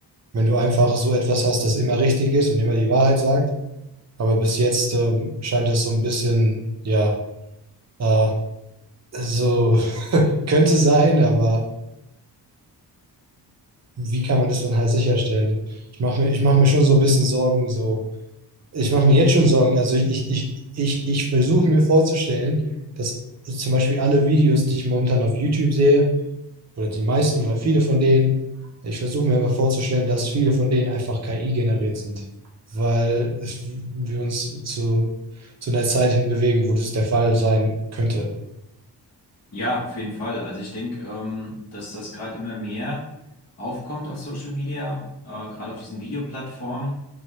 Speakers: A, on the right; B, on the left.
A: wenn du einfach so etwas hast, das immer richtig ist und immer die Wahrheit sagt. Aber bis jetzt, ähm, scheint das so ein bisschen, ja, äh, so <laughs> könnte sein, aber wie kann man das dann halt sicherstellen? Ich mache mir, ich mach mir schon so ein bisschen Sorgen, so. Ich mache mir jetzt schon Sorgen. Also ich, ich, ich, ich, ich versuche mir vorzustellen, dass zum Beispiel alle Videos, die ich momentan auf YouTube sehe, oder die meisten oder viele von denen, ich versuche mir einfach vorzustellen, dass viele von denen einfach KI generiert sind. Weil wir uns zu, zu einer Zeit hin bewegen, wo das der Fall sein könnte.
B: Ja, auf jeden Fall. Also ich denke, ähm, dass das gerade immer mehr aufkommt auf Social Media, äh, gerade auf diesen Videoplattformen